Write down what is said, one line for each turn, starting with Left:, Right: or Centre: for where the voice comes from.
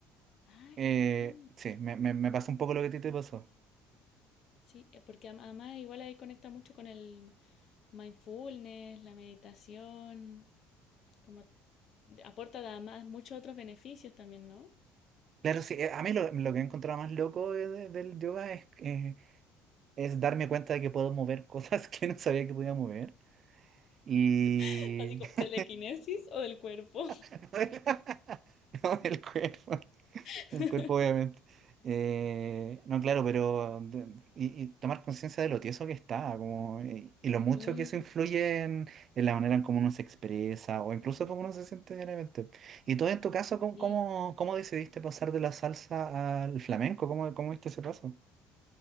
Left: ah,
Right: Eh,
Left: qué bien.
Right: sí, me, me, me pasó un poco lo que a ti te pasó.
Left: Sí, eh, porque am- además igual ahí conecta mucho con el mindfulness, la meditación, como de- aporta además muchos otros beneficios también, ¿no?
Right: Claro, sí, eh, a mí lo, lo que he encontrado más loco de- de- del yoga es, eh, es darme cuenta de que puedo mover cosas <laughs> que no sabía que podía mover. y
Left: <laughs> Así como
Right: <laughs>
Left: telequinesis o del cuerpo.
Right: <laughs> No, el cuerpo,
Left: <laughs>
Right: el cuerpo obviamente. Eh, no, claro, pero de- y, y tomar conciencia de lo tieso que está, como, y, y lo mucho
Left: Mm,
Right: que eso influye en, en la manera en cómo uno se expresa o incluso cómo uno se siente diariamente. Y todo en tu caso, ¿cómo,
Left: sí.
Right: cómo, cómo decidiste pasar de la salsa al flamenco? ¿Cómo, cómo viste ese paso?